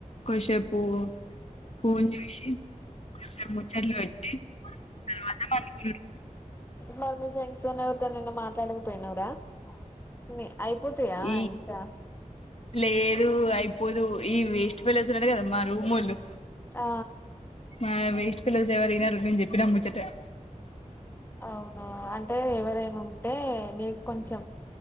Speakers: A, on the left; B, on the left.
A: కొసేపు ఫోన్ చూసి సర ముచ్చట్లు పేట్టి తరువాత పడుకుంటాం
B: మరి మీ ఫ్రెండ్స్ తోని ఎవరితో నిన్న మాట్లాడకపోయినావరా న అయిపోతాయా
A: ఈ
B: ఇంకా
A: లేదు అయిపోదు ఈ వేస్ట్ ఫెలోస్ ఉన్నారు కదా మా రూమ్ వాళ్ళు
B: ఆ
A: మా వెేస్ట్ ఫెలోస్ ఎవరు వినారు నేను చెప్పినా ముచ్చట
B: అవునా అంటే ఎవరైనా ఉంటే నీకు కొంచెం